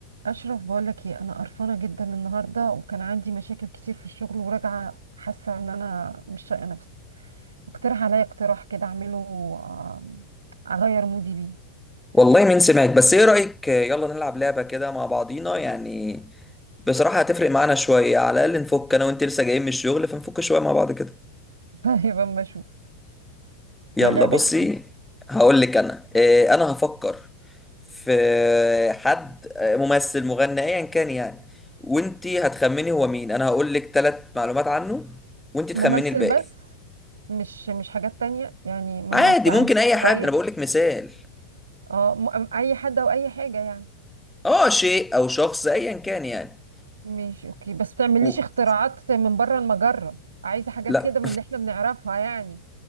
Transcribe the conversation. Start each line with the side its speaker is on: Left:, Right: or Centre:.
Right: أشرف بقولك ايه أنا قرفانة جدا النهاردة وكان عندي مشاكل كتير في الشغل وراجعة حاسة إن أنا مش طايقة نفسي اقترح عليا اقتراح كده أعمله آم، أغير مودي بيه
Centre: والله مين سمعك بس ايه رأيك يلا نلعب لعبة كده مع بعضينا يعني بصراحة هتفرق معانا شوية على الأقل نفك أنا وأنت لسه جايين من الشغل فنفك شوية مع بعض كده
Right: <laughs> طيب أما أشوف
Centre: يلا
Right: ده لعبة
Centre: بصي
Right: ايه
Centre: هقول لك أنا إيه أنا هفكر في حد آه، ممثل مغني أيا كان يعني وأنت هتخمني هو مين أنا هقول لك ثلاث معلومات عنه وأنت تخمني
Right: ممثل
Centre: الباقي
Right: بس مش مش حاجات تانية يعني ما
Centre: عادي
Right: نوسعهاش
Centre: ممكن أي حد
Right: شوية
Centre: أنا بقول لك مثال
Right: اه م- أي حد أو أي حاجة يعني
Centre: أه شيء أو شخص أيا كان يعني
Right: ماشي أوكي بس متعمليش
Centre: أوه.
Right: اختراعات من بره المجرة عايزة حاجات
Centre: لا
Right: كده من اللي احنا بنعرفها يعني